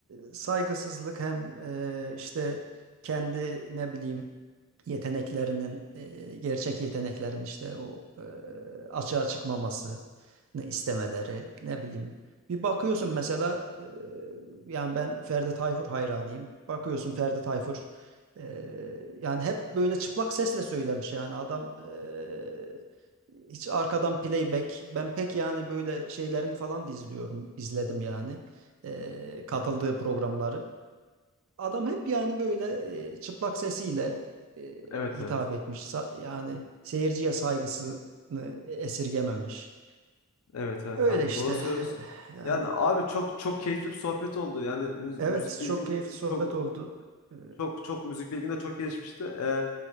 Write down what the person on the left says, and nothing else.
Hı hı.
Evet
evet.
Evet evet
abi
doğru söylüyorsun.
Yani abi çok çok keyifli bir sohbet oldu. Yani müz-
müzik
bilgin
de
çok
çok çok müzik bilgin de çok gelişmişti. Ee,